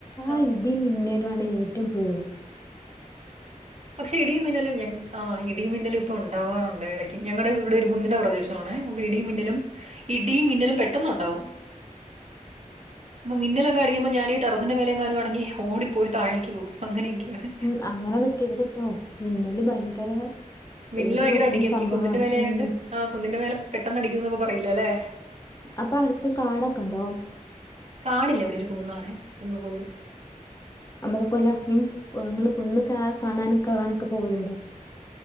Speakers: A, on the left (about 25°); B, on the right (about 50°).
A: ആ
B: ആഹ്
A: ഇ ടീം മിന്നലു ആണ് ഏറ്റം പേടി
B: പക്ഷെ ഇടിയുംമിന്നലും ഞങക് ആഹ് ഇടിയും മിന്നലും പ്പൊ ണ്ടാവാറുണ്ട് എടയ്ക്ക് ഞങ്ങടെ വീട് ഒരു കുന്നിന്റെ പ്രദേശ് ത്താണേ അപ്പിടിയും മിന്നലും ഇടിയും മിന്നലും പെട്ടെന്നുണ്ടാവും
A: <inaudible>
B: മ്മ മിന്നലാെക്കെയടിക്കുമ്പോ ഞാനീ ടെറസിന്റെ മേലെയെങ്ങാനു ആണെങ്കി ഓടി പോയി താഴേക്കു പോവു അങ്ങനെയൊക്കെയാണ്
A: ഉം അങ്ങനെ നിക്കരുത്ട്ടോ മിന്നല് ഭയങ്കര
B: മിന്നല്
A: പേടി
B: ഭയങ്കര
A: പെട്ടുന്ന
B: അടിക്കും
A: സംഭവമാണ്
B: ഈ കുന്നിന്റെ മേലെയായോണ്ട്
A: ഉം
B: ആ കുന്നിന്റെ മേല പെട്ടെന്നടിക്കുന്നൊക്ക പറീല്ലല്ലേ?
A: അപ്പടുത്ത് കാടൊക്കെണ്ടോ?
B: കാടില്ലിവിടെയൊരു കുന്നാണേ കുന്ന് കുന്ന്
A: അമ്പല കൊല്ല മീൻസ് കൊ ങ്ങള് കുന്ന് കാ കാണാനും കേറാനൊക്കെ പോവല്ണ്ടോ?